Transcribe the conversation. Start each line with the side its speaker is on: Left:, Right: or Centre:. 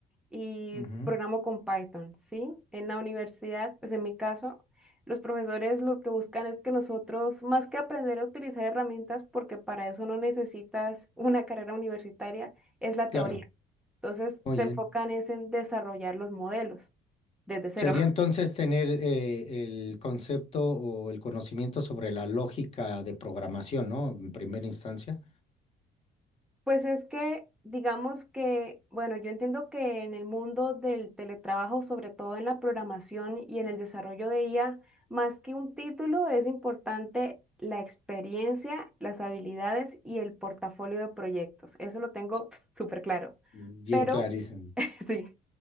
Centre: y
Left: Ujú,
Centre: programo con Python, ¿sí? En la universidad, pues en mi caso, los profesores lo que buscan es que nosotros, más que aprender a utilizar herramientas, porque para eso no necesitas una carrera universitaria, es la teoría.
Left: Claro,
Centre: Entonces
Left: muy
Centre: se
Left: bien.
Centre: enfocan es en desarrollar los modelos desde cero.
Left: Sería entonces tener eh, el concepto o el conocimiento sobre la lógica de programación, ¿no? En primera instancia.
Centre: Pues es que, digamos que, bueno, yo entiendo que en el mundo del teletrabajo, sobre todo en la programación y en el desarrollo de IA, más que un título, es importante la experiencia, las habilidades y el portafolio de proyectos. Eso lo tengo pf, súper claro.
Left: Bien
Centre: Pero,
Left: clarísimo.
Centre: <laughs> sí.